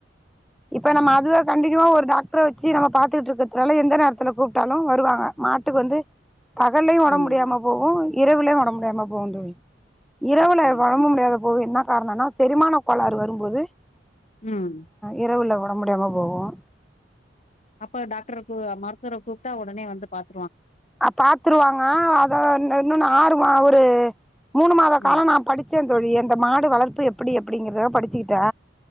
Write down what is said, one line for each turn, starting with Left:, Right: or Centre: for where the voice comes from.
Centre: இப்ப நம்ம அதுவே சந்திக்கவே ஒரு டாக்டரை வச்சு நம்ம பார்த்துக்கிட்டு இருக்கறதுனால எந்த நேரத்துல கூப்பிட்டாலும் வருவாங்க மாட்டுக்கு வந்து பகல்லையும் உடம்பு
Left: ம்
Centre: முடியாம போகும் இரவுலையும் உடம்பு அந்தம்மா போன்னு இரவுல
Left: அப்டி
Centre: வரம்பு முடியாத போகுது என்ன காரணம்னா செரிமான கோளாறு வரும்போது
Left: ம்
Centre: இரவுல உடம்பு முடியாம போவும்
Left: அப்ப டாக்டர மருத்துவரை கூப்பிட்டா உடனே வந்து பார்த்
Centre: அ பாத்துருவாங்க அத இன்னொன்னு ஆறு து மூணு மாத
Left: ம்
Centre: கால நா படிச்சே தோழி அந்த மாடு வளர்ப்பு எப்படி அப்படிங்கறதுல படிச்சுக்கிட்டே